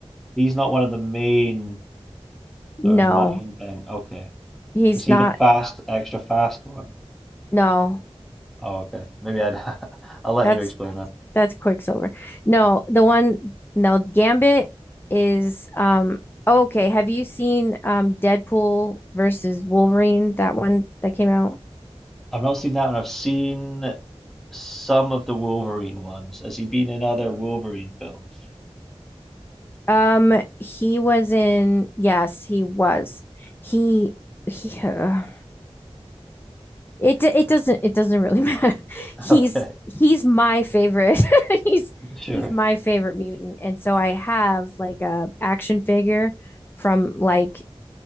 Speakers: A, in the centre; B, on the left (about 20°).
A: he's not one of the main sort
B: No,
A: of main then. Okay.
B: he's
A: Is he
B: not.
A: the fast extra fast one?
B: No,
A: Oh, okay. Maybe I'd <laughs> I'll let
B: that's
A: you explain that.
B: that's Quicksilver. No, the one no Gambit is um oh, okay. Have you seen um Deadpool versus Wolverine? That one that came out.
A: I've not seen that one. I've seen some of the Wolverine ones. Has he been in other Wolverine films?
B: Um, he was in. Yes, he was. He he. Uh, it it doesn't it doesn't really <laughs> matter.
A: <laughs>
B: He's
A: Okay.
B: he's my favorite. <laughs> he's
A: Sure.
B: he's my favorite mutant, and so I have like a action figure from like